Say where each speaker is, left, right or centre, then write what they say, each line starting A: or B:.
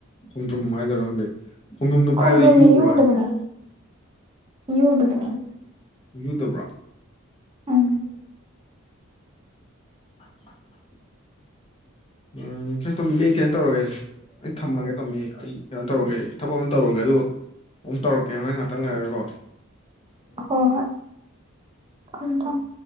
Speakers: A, on the left; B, on the right.
A: ꯈꯣꯡꯗ꯭ꯔꯨꯝ ꯍꯥꯏꯗꯣꯏꯔ ꯈꯪꯗꯦ ꯈꯣꯡꯗ꯭ꯔꯨꯝꯗꯣ
B: ꯈꯣꯡꯗ꯭ꯔꯨꯝꯗꯤ
A: ꯄꯥꯏꯕ ꯌꯨꯕ꯭ꯔꯣ
B: ꯌꯨꯗꯕꯅꯦ ꯌꯨꯗꯕꯅꯦ
A: ꯌꯨꯗꯕ꯭ꯔꯣ
B: ꯎꯝ
A: <inaudible> ꯎꯝ ꯁ ꯇꯣꯝꯕꯤ ꯀꯩꯅꯣ ꯇꯧꯔꯒꯦ ꯑꯩ ꯊꯝꯃꯒꯦ ꯇꯣꯝꯕꯤ ꯑꯩ ꯀꯩꯅꯣ ꯇꯧꯔꯨꯒꯦ ꯊꯕꯛ ꯑꯃ ꯇꯧꯔꯨꯒꯦ ꯑꯗꯨ ꯑꯃꯨꯛ ꯇꯧꯔꯛꯀꯦ ꯍꯣꯔꯦꯟ ꯉꯥꯛꯇꯪ ꯂꯩꯔꯒꯀꯣ
B: ꯍꯣ ꯍꯣꯏ ꯊꯝ ꯊꯝꯃꯣ